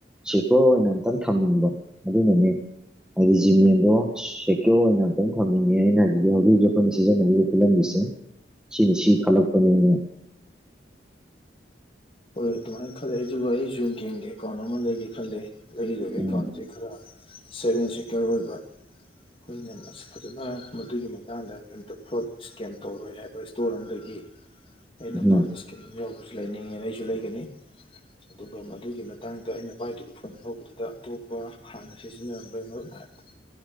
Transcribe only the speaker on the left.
ꯍꯣꯏ ꯑꯗꯨꯃꯥꯏꯅ ꯈꯜꯂ‌ꯦ ꯑꯩꯁꯨ ꯚꯥꯏ ꯑꯩꯖꯨ ꯒꯦꯡꯒꯤ ꯑꯦꯀꯥꯎꯟ ꯑꯃ ꯂꯩꯒꯦ ꯈꯜꯂꯦ ꯂꯩꯗꫭꯏꯕ ꯑꯦꯀꯥꯎꯟꯁꯦ
ꯈꯔ ꯁꯦꯚ ꯑ‌ꯦꯟ ꯁ‌ꯦꯀ꯭ꯌꫭꯔ ꯑꯣꯏꯕ ꯑꯩꯈꯣꯏꯅ ꯐꯖꯅ ꯃꯗꯨꯒꯤ ꯃꯇꯥꯡꯗ ꯀꯔꯤꯝꯇ ꯐ꯭ꯔꫭꯠ ꯏꯁꯀꯦꯝ ꯇꯧꯔꯣꯏ ꯍꯥꯏꯕ ꯏꯁꯇꯣꯔ ꯑꯃꯗꯒꯤ ꯑꯩꯅ
ꯄꯥꯝꯕ ꯏꯁꯀꯦꯝ ꯌꯥꯎꯕꯁꯨ ꯂꯩꯅꯤꯡꯉꯦꯅ ꯑꯩ ꯁꯨ ꯂꯩꯒꯅꯤ ꯑꯗꯨꯒ ꯃꯗꯨꯒꯤ ꯃꯇꯥꯡꯗ ꯑꯩꯅ ꯄꯥꯏꯗ꯭ꯔꯤꯕ ꯐꯣꯟ ꯑꯅꯧꯕꯗꯨꯗ ꯑꯇꯣꯞꯄ ꯍꯥꯟꯅ ꯁꯤꯁꯤꯅꯔꯝꯕꯩ ꯃꯔꯞꯅ ꯍꯥꯏꯕꯗ‌ꫭ